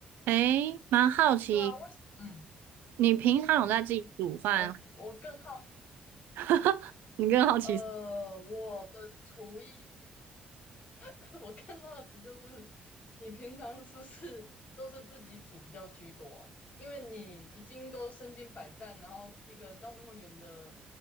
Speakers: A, on the right; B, on the left.
A: 诶，蛮好奇，
B: 对啊，我嗯，
A: 你平常有在自己煮饭？
B: 我我更好，
A: <laughs> 你更好奇
B: 呃，我的厨艺，<laughs> 我更好奇就是你平常是不是都是自己煮比较居多啊？因为你已经都身经百战，然后一个人到那么远的，